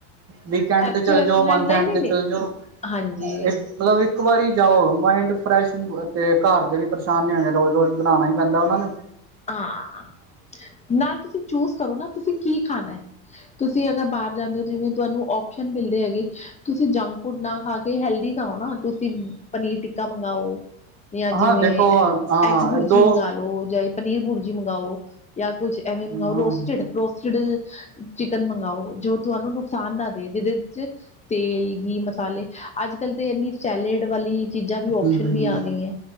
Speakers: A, on the right; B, on the left.
A: ਵੀਕਐਂਡ
B: ਐਥੇ
A: ਤੇ ਚਲੇ
B: ਰੈਸਟੋਰੈਂਟ
A: ਜਾਓ ਮੰਥਂ
B: ਨਹੀਂ
A: ਐਂਡ
B: ਨਹੀਂ
A: ਤੇ
B: ਨਹੀਂ
A: ਚਲੇ ਜਾਓ
B: ਹਾਂਜੀ
A: ਇੱਕ ਮਤਲਬ ਇੱਕ ਵਾਰੀ ਜਾਓ ਮਾਇੰਡ ਫਰੈਸ਼ ਅਤੇ ਘਰ ਦੇ ਵੀ ਪਰੇਸ਼ਾਨੀ ਨੀ ਹੋਣੇ ਰੋਜ਼ ਰੋਜ਼ ਬਣਾਉਣਾ ਹੀ ਪੈਂਦਾ ਉਹਨਾਂ ਨੇ
B: ਹਾਂ, ਨਾਲ ਤੁਸੀਂ ਚੂਸ ਕਰੋ ਨਾ ਤੁਸੀਂ ਕੀ ਖਾਣਾ? ਤੁਸੀਂ ਅਗਰ ਬਾਹਰ ਜਾਂਦੇ ਹੋ ਜਿਵੇਂ ਤੁਹਾਨੂੰ ਓਸ਼ਨ ਮਿਲਦੇ ਹੈਗੇ ਤੁਸੀਂ ਜੰਕ ਫੂਡ ਨਾ ਖਾ ਕੇ ਤੇ ਹੈਲਦੀ ਖਾਓ ਨਾ ਤੁਸੀਂ ਪਨੀਰ ਟਿੱਕਾ ਮੰਗਵਾਓ। ਜਾਂ ਜਿਵੇਂ
A: ਹਾਂ ਦੇਖੋ ਹਾਂ
B: ਐਗ ਬੁਰਜੀ
A: ਦੋ
B: ਮੰਗ ਲਓ ਜਾਂ ਪਨੀਰ ਬੁਰਜੀ ਮੰਗਵਾਓ ਜਾਂ ਕੁਛ ਐਵੇਂ ਮੰਗਓ
A: ਹਮ
B: ਰੋਸਟੇਡ-ਰੋਸ- ਸਟਿਲ ਚਿਕਨ ਮੰਗਾਓ ਜੋ ਤੁਹਾਨੂੰ ਨੁਕਸਾਨ ਨਾ ਦੇ ਜਿਹਦੇ ਚ ਤੇਲ, ਗੀ, ਮਸਾਲੇ ਅੱਜ-ਕੱਲ ਤੇ ਇੰਨੀ ਸੈਲੇਡ ਵਾਲੀ ਚੀਜ਼ਾਂ ਵੀ ਆਪਸ਼ਨ
A: ਹਮ
B: ਵੀ ਆ ਗਈਆਂ